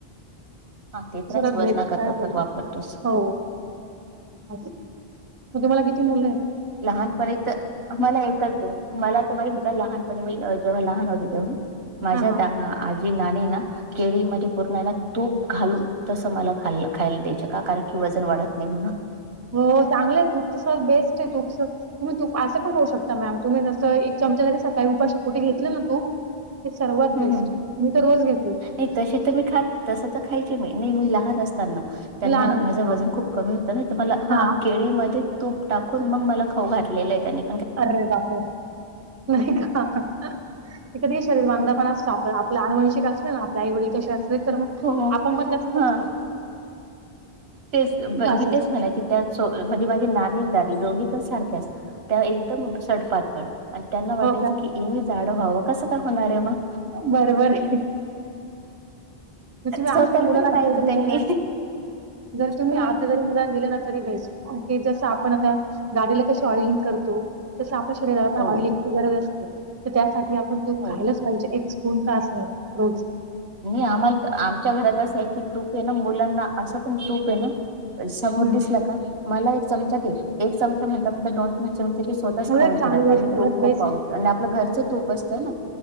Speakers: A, on the right; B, on the right.
A: हा ते त्रास
B: स
A: वजना
B: बेस्ट
A: करतात
B: काय कर
A: वापरतोच
B: हो. मग तुम्हाला किती मुलं आहे.
A: लहानपणी तर मला एकच आहे, मला तर माझिका
B: अच्छा.
A: लहानपणी मी जेव्हा लहान होत. माझ्या
B: हां, हां.
A: द आजी नाणी ना, केळी मध्ये पूर्ण ना. तूप घालून तसं मला खा खायला द्यायचे, का कारण की वजन वाढत नाही म्हणून.
B: हो चांगलं तूपच सर, बेस्ट आहे तूपच. तुम्ही तू असं पण होऊ शकता मॅम, तुम्ही जसं एक चमचा जरी सकाळी उपाशी कुठे घेतलं ना तूप. ते सर्वात
A: हम्म
B: बेस्ट मी तर रोज घेते.
A: नाही तसे तर मी खात तस तर खायचे मी, नाही मी लहान असताना. त्यांना
B: लहान होते
A: माझं
B: हां.
A: वजन खूप कमी होतं तर मला हा
B: हां.
A: केळीमध्ये तूप टाकून मग मला खाऊ घातलेलं आहे त्यानी
B: अरे बापरे, नाही का. क कधी शरीर बांधा पण असतो. आपण आपल्या अ आणुवंशीक असत ना, आपल्या आई वडीलं शरीर अस तर मग.
A: हो हो
B: आपमध्ये असच
A: हा
B: असतो.
A: तेच
B: असंच.
A: बी तेच म्हणायचे. त्या म्हणजे माझी नानी आणि दादी दोघी पण सारख्याच त्या एकदम सडपात आणि त्यांना वाटायचं
B: हो का?
A: की, एम झाडं व्हावं कसं काय होणार आहे मग.
B: बरबर. तुम्ही
A: स्वतःला
B: आही मुलाला
A: तरी पाहायचं
B: जर दिलं
A: त्यांनी
B: ना जरी तुम्ही
A: हा.
B: आता जरी मुलांना दिलं ना तरी बेस्ट ओके जस आपण आता गाडीला कशी ऑइलिंग करतो तस आपल्या शरीराला आपण
A: हो
B: ऑइलिंग गरज असते तर त्यासाठी आपण दूध
A: हो
B: खायलाच
A: ते तर.
B: पाहिजे एक स्पून का अस रोज
A: मी आम्हाला आमच्या घरात असं आहे की तूप आहे ना मुलांना असं पण तूप आहे ना. समोर
B: हम्म
A: दिसला का मला एक चमचा दे एक चमचा म्हण म्हण दोन तन चमचे ते स्वतःच
B: उलट
A: खान घेतात
B: चांगली
A: त्यां
B: गोष्ट
A: म तूप
B: उलट बेस्ट
A: खूप आवडत आणि आपलं घरचं तूप असतं ना.